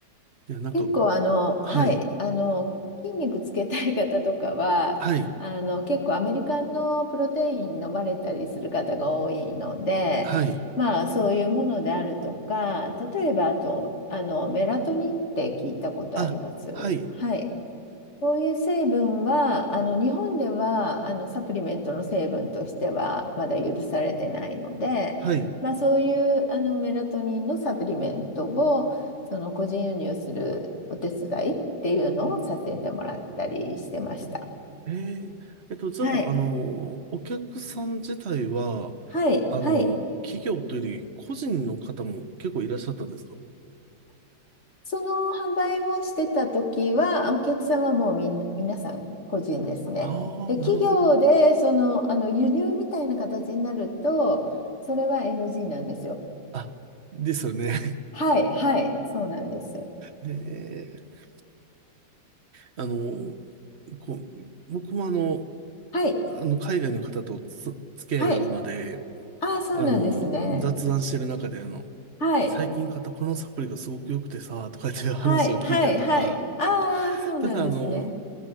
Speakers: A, on the right; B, on the left.
A: いや、なんかもう、
B: 結構あの、はい、
A: はい、
B: あの、筋肉つけたい方とかは、
A: はい、
B: あの、結構アメリカのプロテイン飲まれたりする方が多いので、
A: はい。
B: まあそういうものであるとか、例えばあと、あの、メラトニンって聞いたことあります。
A: あ、はい、
B: はい。そういう成分は、あの日本ではあのサプリメントの成分としてはまだ許されてないので、
A: はい。
B: まあ、そういうあのメラトニンのサプリメントをその個人輸入するお手伝いっていうのをさせてもらったりしてました。
A: ええ。えっと、じゃあ、
B: はい。
A: あの、お客さん自体は、
B: はい。
A: あの、
B: はい。
A: 企業というより、個人の方も結構いらっしゃったんですか
B: その販売をしてた時は、お客さんはもうみんな、皆さん個人ですね。
A: ああー、
B: で、
A: なるほど。
B: 企業で、その、あの、輸入みたいな形になると、それは NG なんですよ。
A: あ、ですよね。
B: はい、はい、そうなんです。
A: <laughs> ええ。あの、こう、僕もあの、
B: はい、
A: あの、海外の方とつ付き合いがあるので、
B: はい。ああ、そうなんですね。
A: あの、雑談してる中で、あの、
B: はい、
A: 最近買ったこのサプリがすごく良くてさ、とかっていう話を聞いたりとか、
B: はい、はい、はい。ああ、そうなんですね。
A: ただあの、